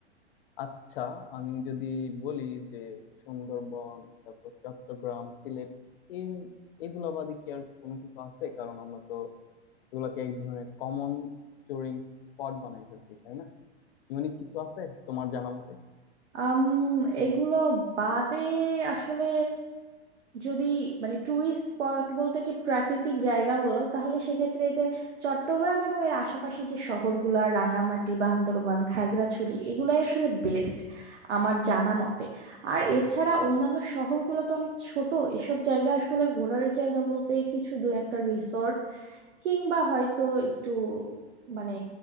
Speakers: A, on the left; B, on the right.
A: আচ্ছা আমি যদি বলি যে সুন্দরবন তারপর চট্টগ্রাম সিলেট এই এগুলা বাদে কি আর কোনো কিছু আছে কারণ আমরা তো এগুলোকে এক ধরনের কমন টুরিং স্পট বানাই ফেলছি তাই না ইউনিক কিছু আছে তোমার জানা মতে
B: আম এগুলো বাদে আসলে যদি মানে ট্যুরিস্ট স্পট বলতে যে প্রাকৃতিক জায়গা বলো তাহলে সেক্ষেত্রে যে চট্টগ্রাম এবং এর আশেপাশে যে শহরগুলা রাঙামাটি বান্দরবান খাগড়াছড়ি এগুলাই আসলে বেস্ট আমার জানা মতে আর এছাড়া অন্যান্য শহরগুলো তো অনেক ছোট এসব জায়গা আসলে ঘোরার জায়গা বলতে কিছু দু একটা রিসর্ট কিংবা হয়তো একটু মানে